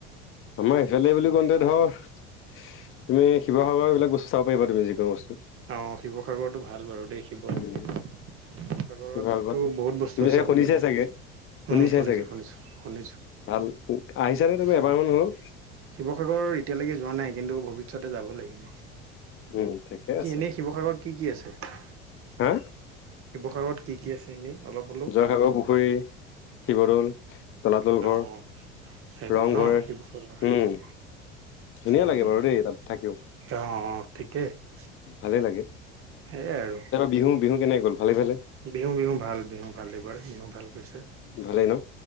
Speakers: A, on the left (about 40°); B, on the right (about 45°).
A: আমাৰ ইফালে বুলি কওঁতে ধৰ তুমি শিৱসাগৰৰ বিলাক বস্তু চাব পাৰিব তুমি যিকোনো বস্তু
B: অ শিৱসাগৰতটো ভাল বাৰু দেই শিৱসাগৰ
A: উম,
B: সাগৰতো
A: শিৱসাগৰত
B: বহুত বস্তু
A: তুমি
B: আ
A: চাগে
B: চাবলগীয়া
A: শুনিছাই চাগে শুনিছাই
B: উম শুনিছোঁ
A: চাগে
B: শুনিছোঁ
A: ভাল আহিছানে
B: শুনিছোঁ
A: তুমি এবাৰ মান হ'লেও?
B: শিৱসাগৰ এতিয়ালৈকে যোৱা নাই কিন্তু ভৱিষ্যতে যাব লাগিব
A: উম, ঠিকে
B: কি
A: আছে।
B: এনেই শিৱসাগৰত কি কি আছে শিৱসাগৰত
A: হা
B: কি কি আছে এনেই অলপ হ'লেও
A: জয়সাগৰ পুখুৰী শিৱদৌল তলাতল
B: অ
A: ঘৰ
B: অ সেইবোৰ
A: ৰংঘৰ
B: ন স
A: উম, ধুনীয়া
B: উম
A: লাগে বাৰু দেই তাত থাকিও
B: অ অ ঠিকেই
A: ভালেই লাগে।
B: সেইয়াই আৰু
A: বিহু বিহু কেনেক গ'ল ভালে ভালে
B: বিহু বিহু ভাল বিহু ভাল এইবাৰ বিহু ভাল গৈছে
A: ভালে নহ